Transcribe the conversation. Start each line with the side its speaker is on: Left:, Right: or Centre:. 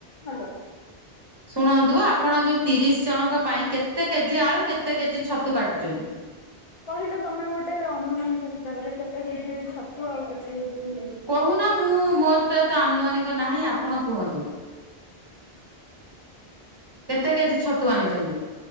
Left: ହାଲୋ।
Right: ଶୁଣନ୍ତୁ ଆପଣ
Left: ହୁଁ।
Right: ଯୋଉ ତିରିଶ ଜଣଙ୍କ ପାଇଁ କେତେ କେଜି ଆଳୁ କେତେ କେଜି ଛତୁ କାଟୁଚନି।
Left: କହିଲ ତମେ ଗୋଟେ ଅନୁମାନିକ ହିସାବରେ କେତେ କେଜି ଛତୁ ଆଉ କେତେ କେଜି
Right: କହୁନ ମୁଁ ମୋର ତ ଏତେ ଆନୁମାନିକ ନାହିଁ ଆପଣ କୁହନ୍ତୁ। କେତେ କେଜି ଛତୁ ଆଣିଚନ୍ତି।